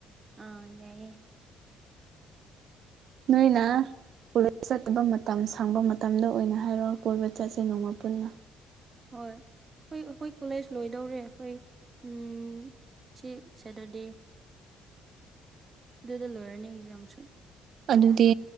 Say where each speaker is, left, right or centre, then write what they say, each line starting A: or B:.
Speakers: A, on the right; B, on the right.
A: ꯑꯥ ꯌꯥꯏꯌꯦ
B: ꯅꯣꯏꯅ ꯀꯣꯂꯦꯖ ꯆꯠꯇꯕ ꯃꯇꯝ ꯁꯪꯕ ꯃꯇꯝꯗ ꯑꯣꯏꯅ ꯍꯥꯏꯔꯣ ꯀꯣꯏꯕ ꯆꯠꯁꯦ ꯅꯣꯡꯃ ꯄꯨꯟꯅ
A: ꯍꯣꯏ ꯑꯩꯈꯣꯏ ꯑꯩꯈꯣꯏ ꯀꯣꯂꯦꯖ ꯂꯣꯏꯗꯧꯔꯦ ꯑꯩꯈꯣꯏ ꯎꯝ ꯁꯤ ꯁꯦꯇꯔꯗꯦ ꯗꯨꯗ ꯂꯣꯏꯔꯅꯤ ꯑꯦꯛꯖꯥꯝꯁꯨ
B: ꯑꯗꯨꯗꯤ